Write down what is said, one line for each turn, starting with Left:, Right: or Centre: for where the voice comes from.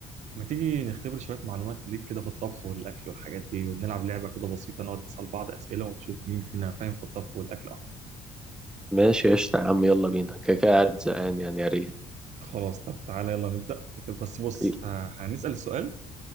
Right: ما تيجي نختبر شوية معلومات ليك كده في الطبخ والاكل والحاجات دي ونلعب لعبة كده بسيطة نقعد نسأل بعض أسئلة ونشوف مين فينا فاهم في الطبخ والاكل اكتر
Centre: ماشي قشطة يا عم يلا بينا كده كده قاعد زهقان يعني يا ريت
Right: خلاص طب تعالى يلا نبدأ بس بص
Centre: إيه،
Right: آه، هنسأل السؤال